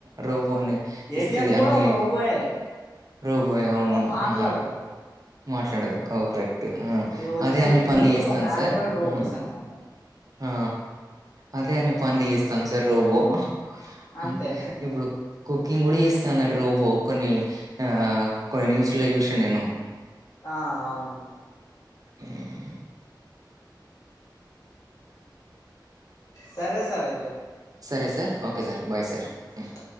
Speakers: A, on the right; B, on the left.
A: రోబో నే
B: ఏటిఎం
A: ఇస్తది
B: కూడా
A: అన్ని
B: ఒక రోబోయే
A: రోబోయే అవును
B: అది మాట్లాడదు
A: ఊ మాట్లాడదు కావక్రెక్ ఊ
B: ఇప్పుడు వచ్చే
A: అదే అన్ని
B: రోబోలు
A: పనులు చేస్తుంది
B: ఆండ్రాయిడ్
A: సార్
B: రోబోస్
A: ఊ
B: అనమాట
A: ఆ అదే అన్ని పనులు చేస్తుంది సార్ రోబో
B: అంతే
A: ఊ ఇప్పుడు కుకింగ్ కూడా చేస్తుందట రోబో కొన్ని ఆ కొన్ని న్యూస్ లో చూసిన నేను
B: ఆ అవును
A: ఊ ఊ
B: సరే సరే అయితే
A: సరే sir okay sir bye sir హ్మ్.
B: ఆ